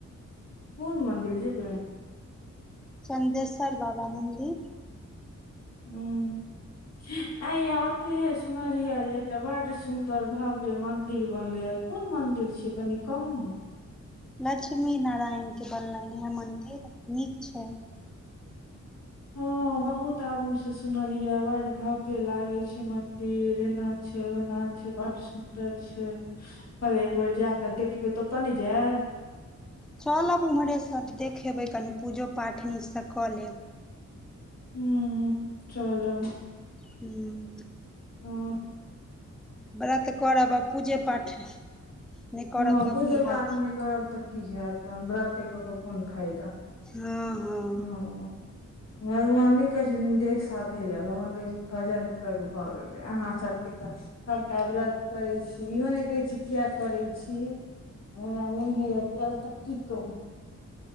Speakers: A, on the left (about 60°); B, in the centre.
A: कोन मन्दिर जेबय
B: चन्देसर बाबा मन्दिर
A: हूं आइया ओतेहे सुनलियै जे एकटा बड सुन्दर भव्य मन्दिर बनलैय कोन मंदिर छै कनि कहू ने
B: लक्ष्मी नारायण के बनलनि हे मंदिर नीक छै
A: हँ बहुत आदमी से सुनलीये बड भक्त के लागे छै मंदिर एना छै ओना छै बड सुंदर छै आओर एक बेर जाकऽ देखबै तऽतऽ ने जायब
B: चलब ओम्हरेसँ देखेबै कनि पूजो पाठ निक स कऽ लेब
A: हूं हूं चलब
B: हूँ
A: हँ
B: व्रत करब आ पूजे पाठ नहि करब
A: हँ
B: तऽ
A: पूजे
B: की
A: पाठ
B: हैत
A: नहि करब तऽ की हैत तहन व्रते कऽ क कोन फायदा
B: हँ हँ
A: हँ
B: <inaudible>
A: भगवान नहि कहै छथिन देह साथे लैब भगवान कहै छथिन भजन करू भऽ गेलै अहाँ सबके तऽ सभटा व्रत करै छी इहो नहि कहे छी किया करे छी हमरा नहि होइयै कएल तऽ की कहू